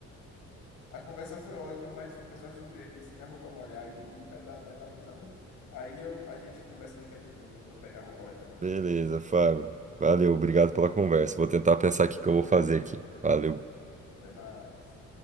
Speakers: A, on the left; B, on the right.
A: A conversa foi ótima, mas começou a chover aqui. Se minha roupa molhar, aí vai dar, vai dar coisa ruim. Aí eu- a gente conversa daqui a pouquinho, quando eu pegar a roupa lá de fora.
B: Beleza, Fábio. Valeu, obrigado pela conversa. Vou tentar pensar aqui o que eu vou fazer aqui. Valeu.
A: Até mais.